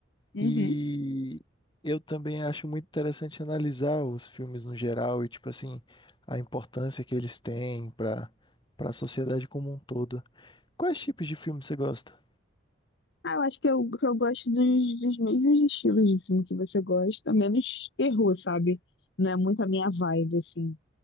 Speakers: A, on the left; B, on the left.
A: Uhum.
B: E eu também acho muito interessante analisar os filmes no geral e, tipo assim, a importância que eles têm pra para a sociedade como um todo. Quais tipos de filmes você gosta?
A: Ah, eu acho que eu, que eu gosto dos, dos mesmos estilos de filme que você gosta, menos terror, sabe? Não é muito a minha vibe, assim.